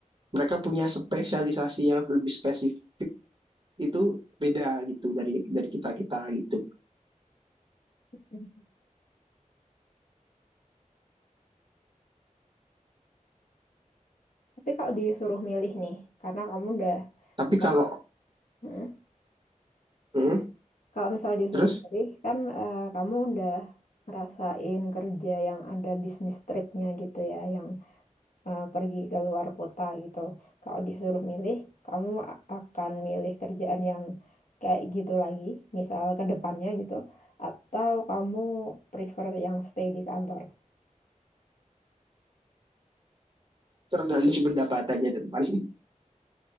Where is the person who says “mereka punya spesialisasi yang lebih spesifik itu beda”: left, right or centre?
Right